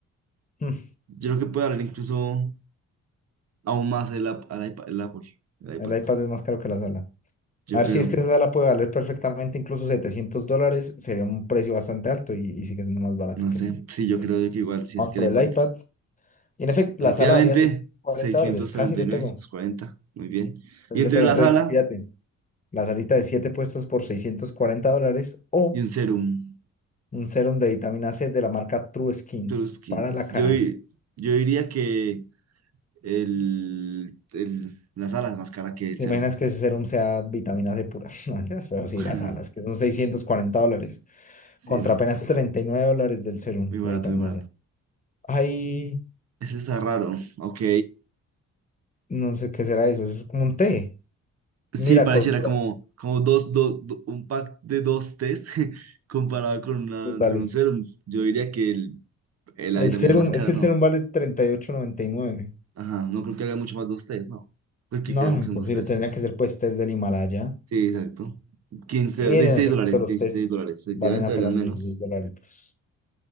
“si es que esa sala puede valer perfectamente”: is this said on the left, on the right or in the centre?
Left